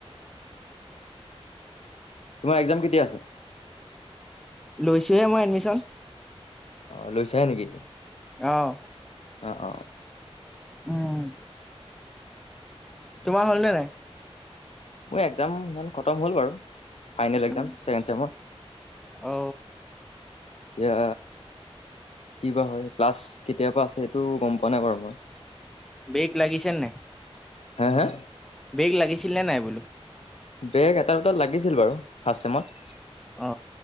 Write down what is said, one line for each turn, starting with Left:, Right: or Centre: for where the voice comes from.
Left: তোমাৰ একজাম কেতিয়া আছে?
Centre: লৈছোঁহে মই এডমিশ্যন।
Left: অ, লৈছাহে নেকি?
Centre: অ,।
Left: অ-অ-অ।
Centre: উম,। তোমাৰ হল নে নাই?
Left: মোৰ এক্জাম ইমান খতম হ'ল বাৰু ফাইনেল একজাম
Centre: উম,
Left: ছেকেণ্ড চেমৰ।
Centre: অ
Left: এতিয়া কি বা হয় ক্লাছ কেতিয়াৰ পৰা আছে সেইটোও গম পোৱা নাই বাৰু মই।
Centre: বেগ লাগিছেন নাই?
Left: হে, হে?
Centre: বেগ লাগিছিল নে নাই বোলো?
Left: বেগ এটা দুটাত লাগিছিল বাৰু ফাষ্ট চেমত।
Centre: অ,।